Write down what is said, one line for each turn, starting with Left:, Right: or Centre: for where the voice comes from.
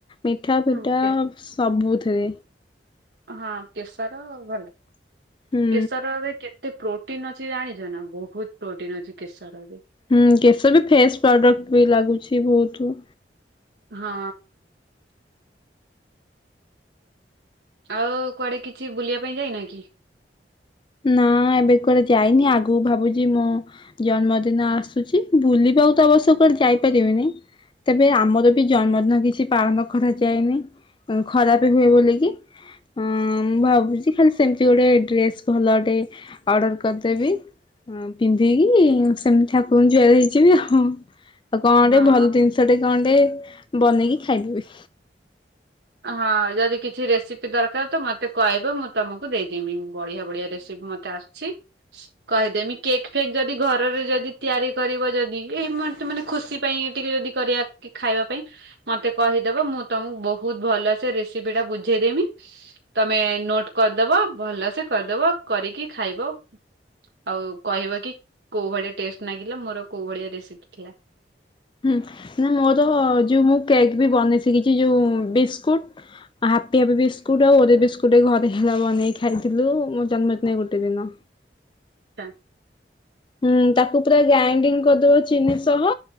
Left: ମିଠା ଫିଠା
Right: ହୁଁ କେ-
Left: ସବୁଥିରେ।
Right: ହଁ କେଶର ଭଲ
Left: ହୁଁ।
Right: କେଶରରେ କେ ତେ ପ୍ରୋଟିନ ଅଛି ଜାଣିଚ ନା ବହୁତ ପ୍ରୋଟିନ ଅଛି କେଶରରେ।
Left: ହୁଁ କେଶର ବି ଫେସ୍ ପ୍ରଡକ୍ଟ ବି ଲାଗୁଛି ବହୁତୁ।
Right: ହଁ। ଆଉ କୁଆଡେ କିଛି ବୁଲିବା ପାଇଁ ଯାଇନ କି।
Left: ନା ଏବେ କୁଆଡେ ଯାଇନି ଆଗକୁ ଭାବୁଛି ମୁଁ ଜନ୍ମଦିନ ଆସୁଚି ଭୁଲିବାକୁ ତ ଅବଶ୍ୟ କୁଆଡେ ଯାଇପାରିବିନି ତେବେ ଆମର ବି ଜନ୍ମଦିନ କିଛି ପାଳନ କରାଯାଏନି ଖରାପ ହୁଏ ବୋଲିକି ଅ ମୁଁ ଭାବୁଛି ଖାଲି ସେମିତି ଗୋଟେ ଡ୍ରେସ୍ ଭଲଟେ ଅର୍ଡର କରିଦେବି। ହଁ ପିନ୍ଧିକି ସେମ୍ତି ଠାକୁରଙ୍କୁ ଜୁହାର ହେଇଯିବି ଆଉ। ଆଉ କଣ
Right: ହଁ
Left: ଟେ ଭଲ ଜିନିଷ ଟେ କଣ୍ଟେ ବନେଇକି ଖାଇଦେବି।
Right: ହଁ ଯଦି କିଛି ରେସିପି ଦର୍କାର୍ ତ ମୋତେ କହିବ ମୁଁ ତମକୁ ଦେଇଦେମି ବଢିଆ ବଢିଆ ରେସିପି ମତେ ଆସ୍ଛି। କହିଦେମି କେକ୍ ଫେକ୍ ଯଦି ଘରରେ ଯଦି ତିଆରି କରିବ ଯଦି ଏଇ ମାନେ ଖୁସି ପାଇଁ ଟିକେ ଯଦି କରିବା ଖାଇବା ପାଇଁ ମତେ କହିଦେବ ମୁଁ ତମକୁ ବୋହୁ ବହୁତ୍ ଭଲ ସେ ରେସିପି ଟା ବୁଝେଇଦେମି ତମେ ନୋଟ୍ କରିଦବ ଭଲସେ କରିଦବ କରିକି ଖାଇବ ଆଉ କହିବ କି କୋଉ ଭଳିଆ ଟେଷ୍ଟ ଲାଗିଲା ମୋର କୋଉ ଭଳିଆ ରେସିପି ଥିଲା।
Left: ହୁଁ ନା ମୋର ଯୋଉ ମୁଁ କେକ୍ ବି ବନେଇ ଶିଖିଛି ଯୋଉ ବିସ୍କୁଟ୍ ହାପି ହାପି ବିସ୍କୁଟ୍ ଆଉ ଓରିଓ ବିସ୍କୁଟ୍ ଘରେ ହେଲା ବନେଇ ଖାଇଥିଲୁ ମୋ ଜନ୍ମଦିନ ଗୋଟେ ଦିନ।
Right: <unintelligible>
Left: ହୁଁ ତାକୁ ପୁରା ଗ୍ରାଇଣ୍ଡିଙ୍ଗ କରିଦବ ଚିନି ସହ